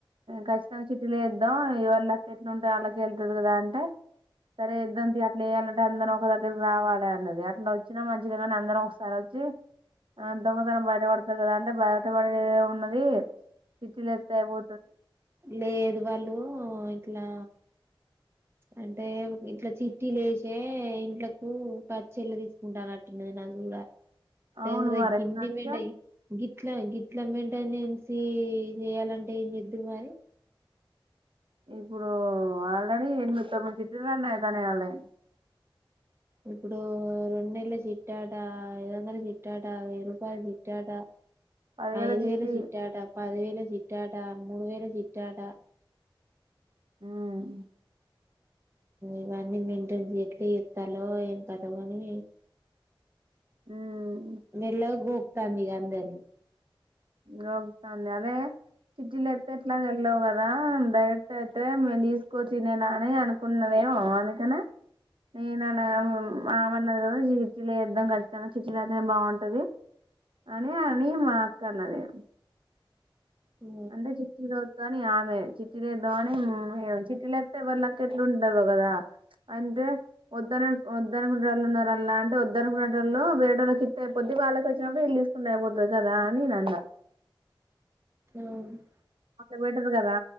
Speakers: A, on the right (about 70°); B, on the right (about 30°).
A: కచ్చితంగా చిట్టీలేద్దాం ఎవళకి ఎట్లాంటే అళ్ళకి వెళ్తది కదా అంటే సరే ఇద్ద అట్లాయాలంటే అందరం ఒక దగ్గరకి రావాలి అన్నది అట్లా వచ్చినా మంచిది కానీ అందరం ఒకసారి వచ్చి దొంగతనం బయటపడతారు కదా అంటే బయటపడే ఉన్నది సిటీలు ఎస్తాయిపో
B: లేదు వాళ్ళు ఇట్లా అంటే ఇట్లా చిట్టీలు లేసే ఇండ్లకు పచ్చల్లు తీసుకుంటానట్టున్నది నా గూడ
A: అవును
B: అవూర
A: మరి
B: గిన్ని
A: ఎట్లాగా
B: నిండయి గిట్లా గిట్లా అమ్మిండూ <unintelligible> నిను ఎంసిఎ చేయాలంటే ఏం చెద్దురు మరి
A: ఇప్పుడు ఆల్రెడీ ఎనిమిది తొమ్మిది సిటీలు అన్నాయి దాని వాళ్ళవి
B: ఇప్పుడు రెన్నెల్ల చిట్ట అటా ఐదు వందల చిట్ట అటా వెయ్యి రూపాయల చిట్ట అటా
A: పదివేల
B: ఐదు
A: చిట్టి
B: వేల చిట్టాట పదివేల చిట్టా అట మూడు వేల చిట్టా ట
A: మ్మ్
B: ఇవన్నీ మెయింటైన్స్ ఎట్లా చేత్తలో ఏం కాతొ కాని
A: మ్మ్
B: మెల్ల గోకుతాంది ఇక అందరినీ
A: గొకుతంది అదే చిట్టీలు ఎత్తట్లేవు వెళ్ళవు కదా డైరెక్ట్ అయితే మేము తీసుకొచ్చినేలా అని అనుకుంన్నదేమో అందుకని నేను అన్నది ఆమెన్నది కద చిట్టి లు వెద్దాం కచ్చితంగా చిట్టీలో అయితేనే బాగుంటది అని అని మా కాన్న నేను
B: ఆ
A: అంటే చిట్టిలు వద్దని ఆమె చిట్టీ లేద్దాం అని చిట్టీ లేత్తే ఎవళ్ళకి ఎట్లు ఉంటందో కదా అంటే వద్దుని వద్దనుకునెటొల్లు ఉన్నారు అన్న అంటే వద్దనుకునె వాళ్ళు వేరేటోళ్ళకి ఇత్తే అయిపోద్ది వాళ్ళకి వచ్చినప్పుడు వీళ్ళు తీసుకుంటే అయిపోతుంది కదా అని నేను అన్నా
B: అవును
A: అట్లా బెటరు కదా